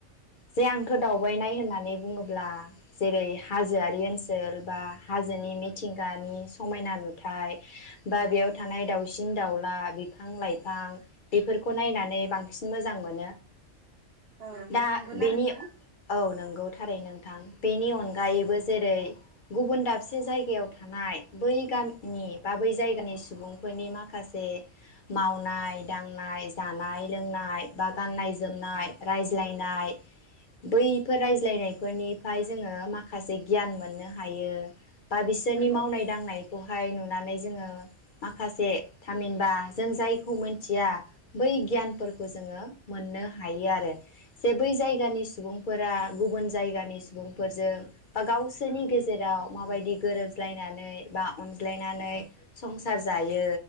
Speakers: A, on the left (about 50°); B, on the right (about 55°).
A: जे आंथ' दावबायनाय होननानै बुङोब्ला जेरै हाजोआरि ओनसोल बा हाजोनि मिथिंगानि समायना नुथाय बा बेयाव थानाय दाउसिन दाउला बिफां लाइफां बेफोरखौ नायनानै बांसिन मोजां मोनो
B: औ
A: दा
B: नंगौना
A: बेनि
B: नोंथां
A: औ नंगौ थारैनो थां । बेनि अनगायैबो जेरै गुबुन दाबसे जायगायाव थानाय बै गामिनि बा बै जायगानि सुबुंफोरनि माखासे मावनाय दांनाय जानाय लोंनाय बा गाननाय जो मनाय रायज्लायनाय बैफोर रायज्लायनायफोरनिफ्राय जोङो माखासे गियान मोननो हायो । बा बिसोरनि
B: नंगौ
A: मावनाय
B: नोंथां
A: दांनायखौ फाय नुनानै जोङो माखासे थामहिनबा जों जायखौ मोनथिया बै गियानफोरखौ जोङो मोननो हा हायो आरो । जे बै जायगानि सुबुंफोरा गुबुन जायगानि सुबुंफोरजों बा गावसोरनि गेजेराव माबायदि गोरोबज्लायनानै बा अनज्लायनानै संसार जायो